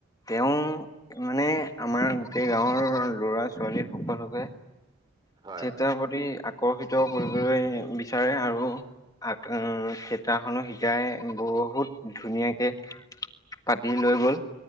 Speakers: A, on the left; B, on the right.
A: তেওঁ মানে আমাৰ গোটেই গাঁৱৰ লৰা -ছোৱালী সকলোকে
B: হয়।
A: থিয়েটাৰ প্ৰতি আকৰ আকৰ্ষিত কৰিবলৈ বিচাৰে, আৰু থিয়েটাৰ খনো শিকাই। গাই বহুত ধুনীয়াকে পাতি
B: আৰু
A: লৈ
B: আগ
A: গ'ল।